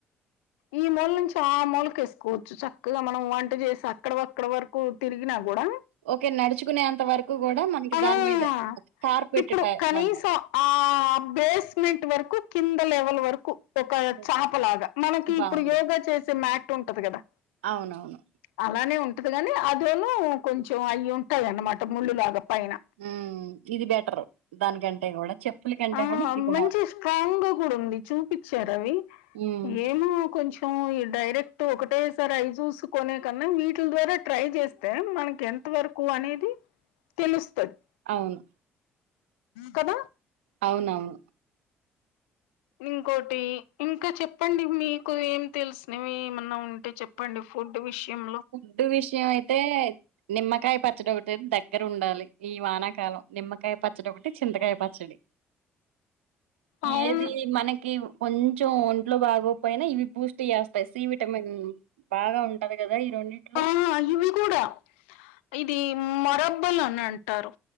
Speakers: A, on the left; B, on the right.
A: ఈ మూల నుంచి ఆ మూలకు వేసుకోవచ్చు చక్కగా మనం వంట చేసి అక్కడక్కడ వరకు తిరిగినా కూడా
B: ఓకే నడుచుకునేంత వరకు కూడా మనకి
A: ఆ
B: దాని మీద కార్ పెట్టే
A: ఇప్పుడు
B: టైర్
A: కనీసం
B: లాగా
A: ఆ బేస్మెంట్ వరకు కింద లెవెల్ వరకు ఒక
B: ఓకే
A: చేపలాగా
B: బాగుంది
A: ఇప్పుడు యోగా చేసే మ్యాట్ ఉంటది కదా
B: అవునవును
A: అలానే ఉంటది కానీ అదోనూ కొంచెం అయి ఉంటాయి అన్నమాట ముళ్ళులాగా పైన
B: ఉ ఇది బెటర్ దానికంటే కూడా చెప్పుల కంటే
A: ఆ
B: కూడా ఇది బాగుంటది
A: మంచి స్ట్రాంగ్ గా కూడా ఉంది చూపించారు అవి
B: ఉమ్
A: ఏమో కొంచెం డైరెక్ట్ ఒకటే సారి అవి చూసుకునే కన్నా వీటిల ద్వారా ట్రై చేస్తే మనకి ఎంత వరకు అనేది తెలుస్తుంది
B: అవును
A: కద
B: అవునవును
A: ఇంకోటి ఇంకా చెప్పండి మీకు ఏమి తెలిసినవి ఏమన్నా ఉం టే చెప్పండి ఫుడ్ విషయం
B: ఫుడ్డు విషయం అయితే నిమ్మకాయ పచ్చడి ఒకటి దగ్గర ఉండాలి ఈ వానాకాలం. నిమ్మకాయ పచ్చడి ఒకటి, చింతకాయ పచ్చడి.
A: అవును.
B: ఏది మనకి కొంచెం ఒంట్లో బాగోకపోయినా ఇవి బూస్ట్ చేస్తాయి సి విటమిన్. ఉ బాగా ఉంటారు కదా ఈ రెండిట్లో.
A: ఆ ఇవి కూడా ఇది మరబుల్ అని అంటారు,